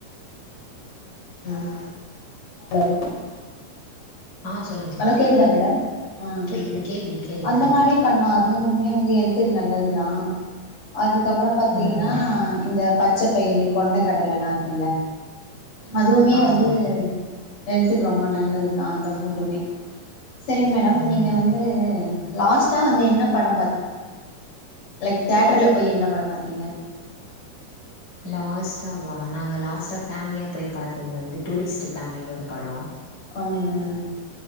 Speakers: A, on the left; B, on the left.
A: ம் <inaudible>
B: ஆ சொல்லுங்க சொல்லுங்க
A: ஹலோ கேக்குதா மேடம் அ அ
B: கேக்குது கேக்குது கேக்குது
A: அந்த
B: சொல்லுங்க
A: மாரி பண்லா அதுவுமே வந்து ஹெல்த்துக்கு நல்லது தா அதுக்கப்பற பாத்தீங்கன்னா
B: ம்
A: இந்த பச்சைப்பயிறு கொண்ட கடலலா இருக்குல்ல அதுவுமே
B: ஆமா
A: வந்து
B: ஆமா
A: ஹெல்த்துக்கு ரொம்ப நல்லது தா அந்த ஃபுட்டுமே சரிங்க மேடம்
B: ம்
A: நீங்க வந்து லாஸ்ட்டா வந்து என்ன படம் பா லைக் தேட்ர்ல போய் என்ன படம் பாத்தீங்க
B: லாஸ்ட்டவா நாங்க லாஸ்ட்டா ஃபேமிலியா போய் பாத்தது வந்து டூரிஸ்ட் ஃபேமிலினினு ஒரு படோ
A: ம்